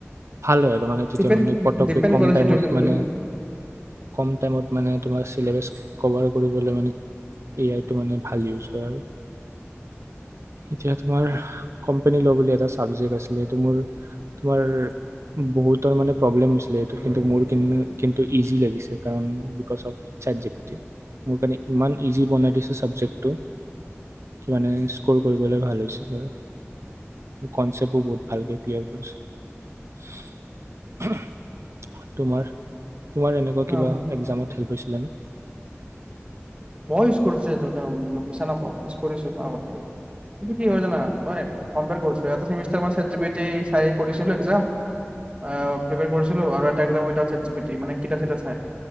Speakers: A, on the right (about 70°); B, on the right (about 25°).
A: ভাল হয়, আৰু মানে তেতিয়া
B: ডিপেণ্ড
A: মানে পট্টকৈ
B: ডিপেণ্ড
A: কম
B: কৰে
A: টাইমত
B: চিটুৱেচনটো
A: মানে কম টাইমত মানে তোমাৰ শ্লেবাছ কভাৰ কৰিবলৈ মানে এ আইটো মানে ভাল ইউচ হয় আৰু এতিয়া তোমাৰ কম্পেনী ল' বুলি এটা চ চাবজেক্ট আছিলে, এইটো মোৰ তোমাৰ বহুত তাৰমানে প্ৰব্লেম হৈছিলে সেইটোত, কিন্তু মোৰ কাৰনে কিন্তু ইজি লাগিছে, কাৰণ বিকজ অ'ফ চেত জিপিটি। মোৰ কাৰণে ইমান ইজি বনাই দিছে ছাবজেক্ট ত' কি মানে সৰু কৰিবলৈ ভাল হৈছে। আৰু কনচেপ্ট বহুত ভালকে ক্লিয়াৰ কৰিছে। তোমাৰ তোমাৰ এনেকুৱা
B: অ',
A: কিবা এক্সামত হেল্প পাইছিলা নে?
B: মই ইউচ কৰিছোঁ চেত <unintelligible> মিছা নকওঁ ইয়োছ কৰিছোঁ আগতে। কিন্ত কি হয় জানা, মই কম্পেয়াৰ কৰিছোঁ এটা ছেমিষ্টাৰ মই চাড জিপিটি চায় কৰিছিলোঁ এক্সাম অ' প্ৰিপেয়াৰ কৰিছিলো আৰু এটা এক্সাজাম উইডাওত চেত জিপিতি, মানে কিতাপ-চিতাপ চাই।